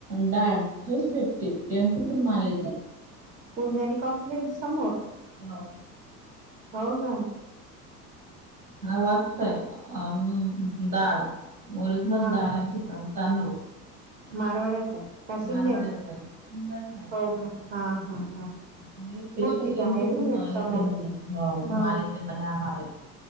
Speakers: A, on the right; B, on the right.
A: डाळ हेच भेटते एमपीतून माल येतो
B: पुंंजाणे कॉप्लेस समोर
A: हा
B: हो का
A: वाचतय अ डाळ ओरिजनल
B: हा
A: दाळ नी तांदूळ
B: मारवाड्याचा का शिंद्याच्या
A: मारवाड्याचा आहे शिंद्याचा आहे शिंद्याचा
B: हो का हा हा हा
A: स्पेशल
B: हो तिथं
A: एम
B: आहे
A: पी
B: बघ
A: तुन माल
B: एक समोर
A: येते म्हणे हो
B: हा
A: मा येते म्हणे आम्हाला